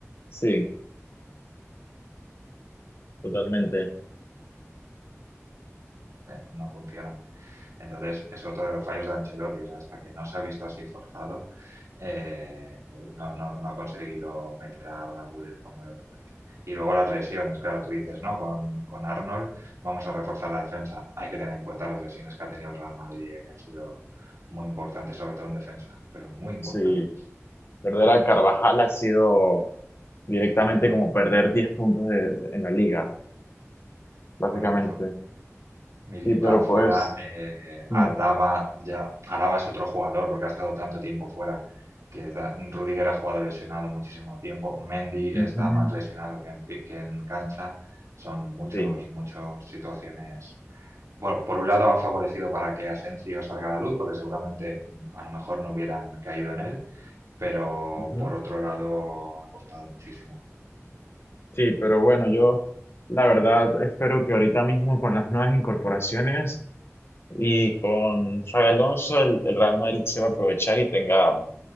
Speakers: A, on the left; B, on the right.
A: sí, totalmente.
B: no funcionan. Entonces, es otro de los fallos de Ancelotti. O sea, hasta que no se ha visto así forzado, eh, eh, no, no- no ha conseguido meter a Arda Güler como el otro día. Y luego las lesiones, claro, tú dices, ¿no? Con, con Arnold vamos a reforzar la defensa. Hay que tener en cuenta las lesiones que ha tenido el Real Madrid, eh, que han sido muy importantes, sobre todo en defensa, pero muy importantes.
A: Sí, perder a Carvajal ha sido directamente
B: Muy duro,
A: como perder 10 puntos de- de- en la liga, básicamente.
B: correcto. Militado
A: Sí, pero
B: fuera,
A: pues...
B: eh,
A: mm,
B: Alaba ya, Alaba es otro jugador porque ha estado tanto tiempo fuera que da- Rudiger ha jugado lesionado muchísimo tiempo, Mendy
A: ujú,
B: está más lesionado que en, pi- que en cancha, son muchos,
A: sí,
B: muchas situaciones. Bueno, por un lado han favorecido para que Asensio salga a la luz porque seguramente a lo mejor no hubieran caído en él, pero
A: ujú.
B: por otro lado ha costado muchísimo.
A: Sí, pero bueno, yo la verdad espero que ahorita mismo con las nuevas incorporaciones y con Xabi Alonso el, el Real Madrid se va a aprovechar y tenga